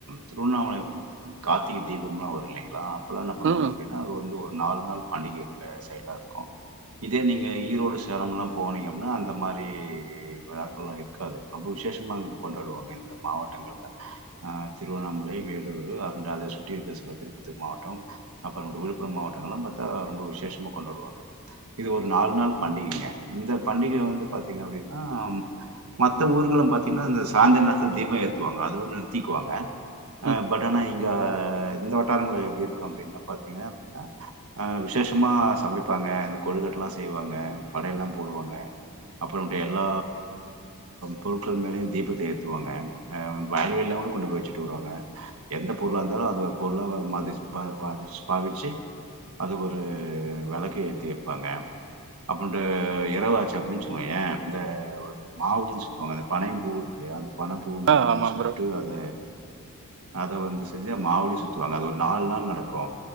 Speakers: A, on the right; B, on the right.
A: திருவண்ணாமலை கார்த்திகை தீபம்லாம்லா வரு இல்லைங்களா இப்பல்லா என்ன பண்ணுவாங்க
B: ம்
A: அபடின்னா அது வந்து ஒரு நாலு நாள் பண்டிகைங்க சைடா இருக்கு இதே நீங்க ஈரோடு சேலம்ல்லா போனீங்க அப்பின்னா அந்த மாரி விழாக்கள்லா இருக்காது ரொம்ப விஷய விசேஷமா அங்க கொண்டாடுவாங்க இந்த மாவட்டங்கள்ல ஆ திருவண்ணாமலை வேலூரு அந்த அத சுட்டி இருக்கிற சில திருப்பத்தூர் மாவட்ட அப்புறம்ட்டு விழுப்புரம் மா மாவட்டங்கல்லா பாத்தா ரொம்ப விசேஷமா கொண்டாடுவாங்க இது ஒரு நாலு நாள் பண்டிகைங்க இந்த பண்டிகை வந் து பாத்தீங்க அப்படின்னா மத்த ஊர்கள பாத்தீங்கன்னா இந்த சாந்த நா தீபம் ஏத்துவாங்க அதோட நிறுத்திக்குவாங்கஆ
B: ம்
A: பட் ஆனா இங்க இந்த வட்டாரங்கள எப்டி இருக்கு அப்டின்ன பாத்தீங்க அப்படின்னா ஆ விசேஷமா சமைப்ப அ கொழுக்கட்டல்லா செய்வாங்க படையல்லா போடுவாங்க அப்பறமேட்டு எல்லா பொருட்கள் மேலயு தீபத்த ஏத் துவாங்க ஆ வாயல் வழி எல்லா கொண்டு போய் வச்சிட்டு வருவாங்க எந்த பொருளா இருந்தாலு அத ஒரு பொருளா மதி பா பாதிச் பாவிச்சி அதுக்கு ஒரு வெளக்கு ஏத்தி வைப்பாங்க அப்பறமேட்டு இரவு ஆச்சி அப் விலிஞ்சிக்கோயே இந்த மாவுடின்னு சொல்வாங்க அந்த பனையம் பூ இருக்குல்லையா அந்த பணம் பூவ அப்ப
B: ஆ
A: நம்ம
B: ஆமா
A: சுட்டு
B: ப்ரோ
A: அத அத வந்து செஞ்சா மாவுளி சுத்துவாங்க அது ஒரு நாலு நாள் நடக்கு